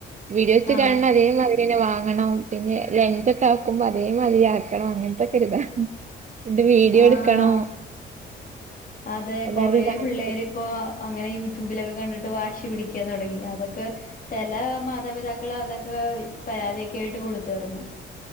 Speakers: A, on the right; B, on the left.
A: വീഡിയോസ്
B: ആഹ്
A: കാണുന്ന അതേമാതിരി പിന്നെ വാങ്ങണം പിന്നെ ലഞ്ച് ഒക്കെ ആക്കുമ്പോ അതേ മതിയാക്കണം അങ്ങനത്തെക്കെരി ഇതാ ഇതിന്റ വീഡിയോ
B: ആഹ്
A: എടുക്കണോ
B: അതെ
A: എല്ലാർക്കും
B: കുറെേ
A: കാണിച്ച്
B: പിള്ളേരി
A: കൊടുക്കണം
B: ഇപ്പോ അങ്ങനെ യൂട്യൂബിലൊക്കെ കണ്ടിട്ട് വാശി പിടിക്കാൻ തുടങ്ങി അതൊക്കെ ചില മാതാപിതാക്കൾ അതൊക്കെവല്യ പരാതിയൊക്കെ ആയിട്ട് കൊടുത്തർന്നു